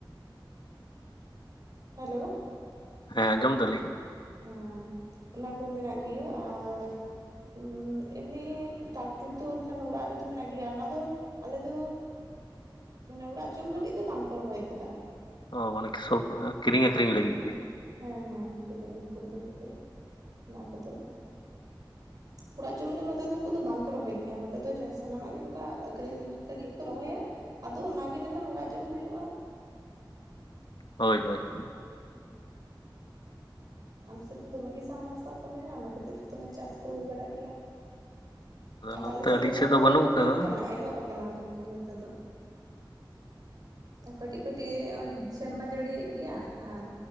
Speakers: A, on the left (about 70°); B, on the right (about 50°).
A: <inaudible>
B: ᱦᱮᱞᱳ!
A: ᱦᱮᱸ ᱟᱸᱡᱚᱢ ᱮᱫᱟ ᱞᱤᱧ?
B: ᱦᱮᱸ ᱚᱱᱟ ᱠᱚ ᱢᱮᱱᱟᱜ ᱜᱮᱭᱟ ᱟᱨ ᱦᱩᱸ ᱮᱢᱱᱤ ᱴᱟᱠ ᱴᱩᱠ ᱫᱚ ᱚᱱᱠᱟᱱ ᱚᱲᱟᱜ ᱨᱮᱫᱚ ᱢᱮᱱᱟᱜ ᱜᱮᱭᱟ, ᱚᱱᱟ ᱫᱚ ᱟᱞᱮ ᱫᱚ
A: <inaudible>
B: ᱢᱟᱱᱮ ᱚᱲᱟᱜ ᱡᱚᱢ ᱞᱟᱹᱜᱤᱫ ᱫᱚ ᱵᱟᱝ ᱠᱚ ᱨᱚᱦᱚᱭ ᱠᱟᱫᱟ᱾
A: ᱚ ᱢᱟᱱᱮ ᱥᱚᱵ- ᱠᱤᱨᱤᱧ ᱟᱹᱠᱷᱨᱤᱧ ᱞᱟᱹᱜᱤᱫ
B: ᱦᱩᱸ
A: ᱜᱮ
B: ᱦᱮᱸ ᱦᱮᱸ, ᱠᱤᱨᱤᱧ ᱟᱹᱠᱷᱨᱤᱧ ᱞᱟᱹᱜᱤᱫ ᱛᱮ ᱚᱱᱟ ᱠᱚᱫᱚ ᱚᱲᱟᱜ ᱡᱚᱢ ᱫᱚ ᱱᱚᱛᱮ ᱫᱚ ᱩᱱᱟᱹᱜ ᱫᱚ ᱵᱟᱝ ᱠᱚ ᱨᱚᱦᱚᱭ ᱜᱮᱭᱟ᱾ ᱱᱚᱛᱮ ᱫᱚ ᱥᱟᱱᱟᱢᱟᱜ ᱜᱮ ᱚᱱᱠᱟ ᱟᱹᱠᱷᱨᱤᱧ ᱞᱟᱹᱜᱤᱫ ᱜᱮᱠᱚ ᱨᱚᱦᱚᱭᱟ᱾ ᱟᱫᱚ ᱚᱱᱟ ᱜᱮ ᱱᱟᱜ ᱠᱷᱟᱱ ᱚᱲᱟᱜ ᱡᱚᱢ ᱦᱩᱭᱩᱜᱼᱟ᱾
A: ᱦᱳᱭ ᱦᱳᱭ᱾
B: ᱦᱩᱸ᱾ ᱟᱞᱮ ᱥᱮᱫ ᱫᱚ ᱫᱚᱢᱮ ᱜᱮ ᱥᱟᱢᱢᱟᱨᱥᱟᱞ ᱠᱚ ᱢᱮᱱᱟᱜᱼᱟ, ᱚᱱᱟ ᱠᱷᱟᱹᱛᱤᱨ ᱛᱮ ᱫᱚᱢᱮ ᱪᱟᱥ ᱠᱚ ᱦᱩᱭ ᱵᱟᱲᱟᱜ ᱜᱮᱭᱟ᱾ ᱟᱫᱚ
A: ᱱᱚᱱᱛᱮ
B: ᱟᱞᱮ ᱥᱮᱫ
A: ᱟᱹᱞᱤᱧ
B: ᱫᱚ ᱦᱩᱲᱩ ᱨᱚᱦᱚᱭ
A: ᱵᱟᱹᱱᱩᱜ
B: ᱠᱚ
A: ᱟᱠᱟᱫᱟ
B: ᱦᱩᱭᱩᱜ ᱠᱟᱱᱟ, ᱮᱦᱚᱵ ᱟᱠᱟᱱᱟ ᱟᱨᱠᱤ ᱱᱚᱛᱮ ᱫᱚ᱾ ᱦᱩᱸ᱾ ᱠᱟᱹᱴᱤᱡ ᱠᱟᱹᱴᱤᱡ ᱥᱮᱨᱢᱟ ᱡᱟᱹᱲᱤ ᱮᱫ ᱜᱮᱭᱟ ᱟᱨ